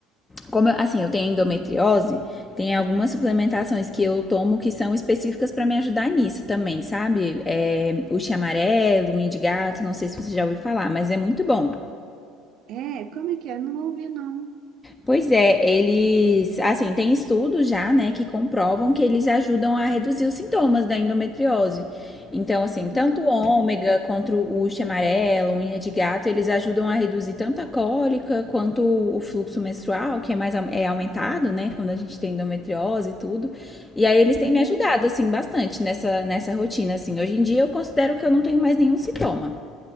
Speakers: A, on the left (about 20°); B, on the right (about 55°).
A: como, eu- assim, eu tenho endometriose, tem algumas suplementações que eu tomo que são específicas pra me ajudar nisso também, sabe? É, o chia amarelo, unha de gato, não sei se você já ouviu falar, mas é muito bom.
B: É, como é que é? Não ouvi, não.
A: Pois é, eles, assim, tem estudos já, né, que comprovam que eles ajudam a reduzir os sintomas da endometriose. Então, assim, tanto
B: Ah,
A: o ômega quanto o uísque amarelo, unha de gato, eles ajudam a reduzir tanto a cólica quanto o fluxo menstrual, que é mais au- é aumentado, né, quando a gente tem endometriose e tudo. E aí eles têm
B: uhum.
A: me ajudado, assim, bastante nessa, nessa rotina, assim. Hoje em dia eu considero que eu não tenho mais nenhum sintoma.